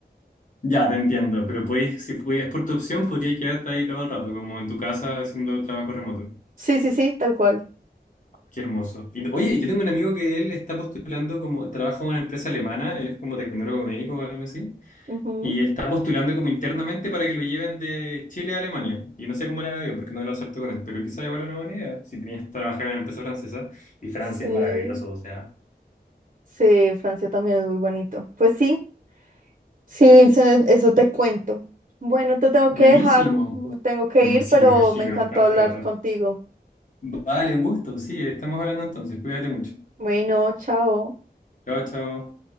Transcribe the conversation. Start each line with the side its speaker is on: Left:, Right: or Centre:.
Left: Ya, te entiendo, pero podéis, si pudieras por tu opción, podrías quedarte ahí todo el rato, como en tu casa haciendo trabajo remoto.
Right: Sí, sí, sí, tal cual.
Left: Qué hermoso. Y- no, oye, yo tengo un amigo que él está postulando como, trabaja en una empresa alemana, él es como tecnólogo médico o algo así,
Right: Ujú.
Left: Y está postulando como internamente para que lo lleven de Chile a Alemania. Y no sé cómo la veo, porque no lo acepto con él. Pero quizá igual es una buena idea, si tenías que trabajar en la empresa francesa. Y Francia
Right: Sí,
Left: es maravilloso, o sea.
Right: sí, Francia también es muy bonito. Pues sí, sí, Vincent, e, eso te cuento. Bueno, te tengo
Left: Buenísimo.
Right: que dejar, mm, tengo que
Left: Me,
Right: ir,
Left: ima- sí,
Right: pero
Left: me imagino,
Right: me encantó
Left: harto
Right: hablar
Left: rato.
Right: contigo.
Left: Vale, un gusto. Sí, estamos hablando entonces. Cuídate mucho.
Right: Bueno, chao.
Left: Chao, chao.